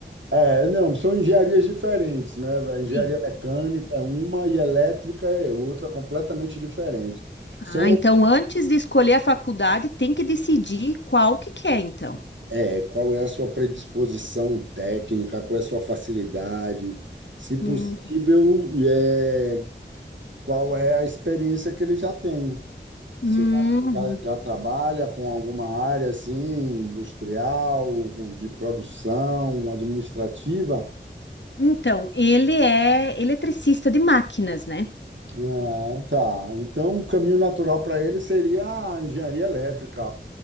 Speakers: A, on the right (about 80°); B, on the left (about 75°).
A: É, não, são engenharias diferentes, né? A engenharia
B: Sim.
A: mecânica é uma e elétrica é outra, completamente diferente. São,
B: Ah, então antes de escolher a faculdade, tem que decidir qual que quer, então.
A: é, qual é a sua predisposição técnica, qual é a sua facilidade, se possível,
B: Hum.
A: é, qual é a experiência que ele já tem.
B: Uhum.
A: Se o marido já, já trabalha com alguma área assim, industrial, de produção, administrativa,
B: Então, ele é eletricista de máquinas, né?
A: Ah, tá. Então, o caminho natural para ele seria a engenharia elétrica